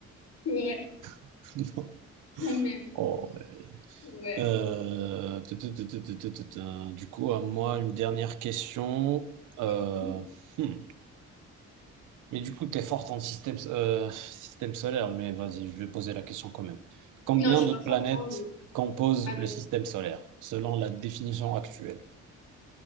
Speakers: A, on the left; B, on the right.
A: ouais,
B: <laughs> Non.
A: quand même.
B: Oh, ouais.
A: Ouais,
B: Euh,
A: donc.
B: tu- tu- tu- tu- tu- tu- tu- tu- tu- Du coup, à moi, une dernière question. Euh,
A: euh,
B: hmm. Mais du coup, tu es forte en système, euh, système solaire, mais vas-y, je vais poser la question quand même. Combien
A: Non, je suis
B: de
A: pas
B: planètes
A: forte. hein, mais-
B: composent
A: Ah, vas-y.
B: le système solaire, selon la définition actuelle?